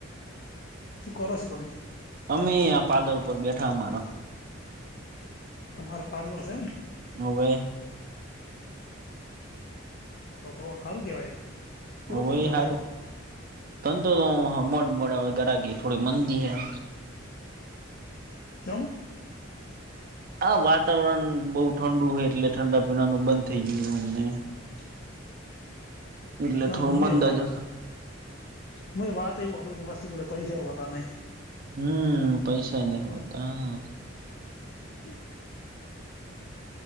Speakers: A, on the left (about 50°); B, on the right (about 45°).
A: શું કરો છો તમે
B: અમે આ પાર્લર ઉપર બેઠા અમારા
A: તમારે પાર્લર છે એમ
B: અવે
A: તો તો સારું કેવાય
B: હવે
A: ધંધો
B: હારું
A: કરયો
B: <unintelligible>
A: ચમ
B: આ વાતાવરણ બો ઠંડુ હોય એટલે ઠંડા પીણાનું બંધ થઇ ગયું અમને
A: <inaudible>
B: એટલે
A: <unintelligible>
B: થોડું મંદા જ હમ પૈસા નઈ હોતા
A: <inaudible>